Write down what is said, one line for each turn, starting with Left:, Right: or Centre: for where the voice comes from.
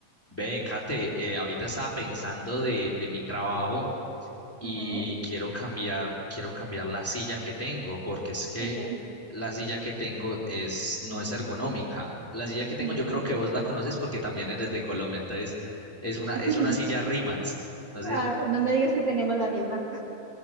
Centre: Ve, Kate, eh, ahorita estaba pensando de, de mi trabajo y
Right: Ujú,
Centre: quiero cambiar, quiero cambiar la silla que tengo, porque es que
Right: ok.
Centre: la silla que tengo es, no es ergonómica. La silla que tengo,
Right: Ujú.
Centre: yo creo que vos la conoces porque también eres de Colombia, entonces es una,
Right: <laughs>
Centre: es una silla Rimax. No sé
Right: Ah,
Centre: si la conoces.
Right: no me digas que tenemos la misma.